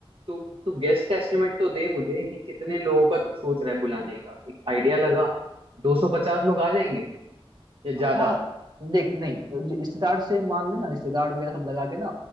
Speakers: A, on the right; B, on the right.
A: तू तू गेस्ट का एस्टिमेट तो दे मुझे कि कितने लोगों का तू सोच रहा है बुलाने का एक आइडिया लगा 250 लोग आ जाएंगे या ज्यादा
B: हाँ देख नहीं जो रिश्तेदार से मान लेना रिश्तेदार वगैरह सब लगा के ना